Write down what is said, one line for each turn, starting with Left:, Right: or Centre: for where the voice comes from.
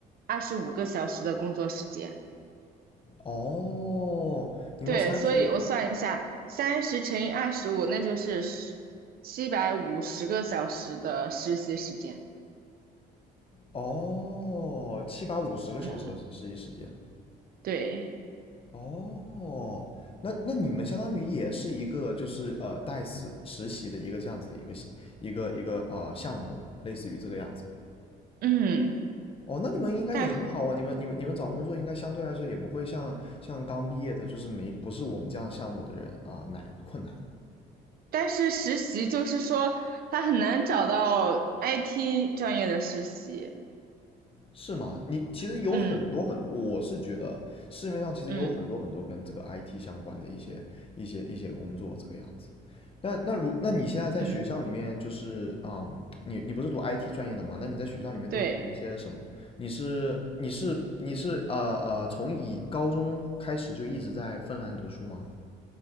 Right: 二十五个小时的工作时间。
Left: 哦，你们三十个
Right: 对，所以我算一下，三十乘以二十五，那就是七百五十个小时的实习时间。
Left: 哦，七百五十个小时的实习时间。
Right: 嗯，对，
Left: 哦，那那你们相当于也是一个就是呃带实实习的一个这样子的一个一个一个啊、呃项目，类似于这个样子嘛？
Right: 嗯，
Left: 哦，那你们应该也很好啊，
Right: 但
Left: 你们你们你们找工作应该相对来说也不会像像刚毕业的，就是没不是我们这样项目的人啊、难困难。
Right: 但是实习就是说，他很难找到 IT 专业的实习。
Left: 是吗？你其实有很多很，
Right: 嗯
Left: 我是觉得市面上其实有很多很多跟这个
Right: 嗯
Left: IT 相关的一些一些一些工作这个样子。那那如那你现在在学校里面就是啊、
Right: 嗯，
Left: 嗯你你不是读 IT 专业的嘛？那你在学校里面都是读一些什么？
Right: 对，
Left: 你是你是你是呃呃，从以高中开始就一直在芬兰读书吗？